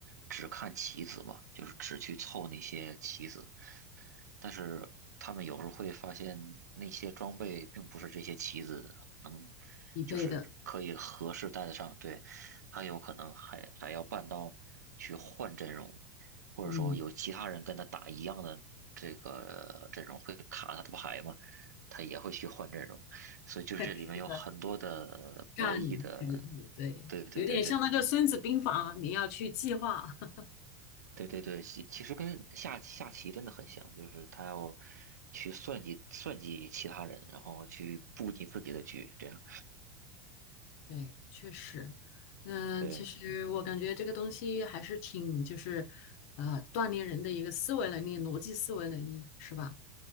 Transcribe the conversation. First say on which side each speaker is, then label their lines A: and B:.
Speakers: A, on the right; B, on the left.
A: 只看棋子嘛，就是只去凑那些棋子，但是他们有时候会发现那些装备并不是这些棋子能，
B: 一倍的。
A: 就是可以合适带得上。对，他有可能还还要办到去换阵容，或者说有其他人跟他打一样的这个阵容会卡他的牌嘛，
B: 嗯，
A: 他也会去换阵容。所以就是这里面有很多的博弈的，
B: 是的，战这个字，对，
A: 对对对对，
B: 有点像那个《孙子兵法》，你要去计划。<laughs>
A: 对对对，其其实跟下下棋真的很像，就是他要去算计算计其他人，然后去布你自己的局，这样。
B: 对，确实，嗯，
A: 对
B: 其实我感觉这个东西还是挺，就是呃，锻炼人的一个思维能力、逻辑思维能力，是吧？